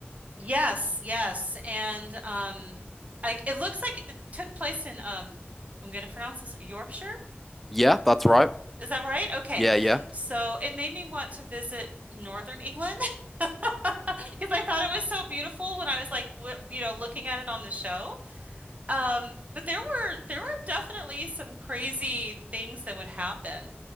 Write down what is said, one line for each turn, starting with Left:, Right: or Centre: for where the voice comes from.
Right: Yes, yes. And um, like it looks like it took place in um, I'm going to pronounce this Yorkshire.
Centre: Yeah, that's right.
Right: Is that right? Okay.
Centre: Yeah, yeah.
Right: So it made me want to visit Northern England <laughs> because I thought it was so beautiful when I was like, w you know, looking at it on the show. Um, but there were there were definitely some crazy things that would happen.